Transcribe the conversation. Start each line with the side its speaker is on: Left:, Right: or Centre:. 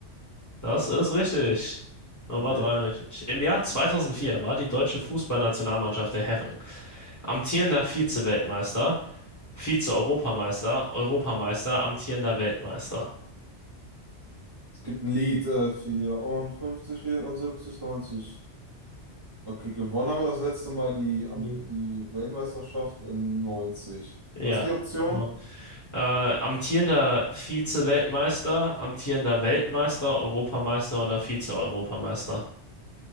Left: Das ist richtig. Nummer
Right: Okay.
Left: drei richtig. Im Jahr 2004 war die deutsche Fußballnationalmannschaft der Herren amtierender Vize-Weltmeister, Vize-Europameister, Europameister, amtierender Weltmeister.
Right: Es gibt ein Lied, äh, 54, 74, 90. Okay, gewonnen haben wir das letzte Mal die, am-
Left: Mhm.
Right: die Weltmeisterschaft in neunzig
Left: Ja,
Right: Was sind die Optionen?
Left: also Äh, amtierender Vize-Weltmeister, amtierender Weltmeister, Europameister oder Vize-Europameister?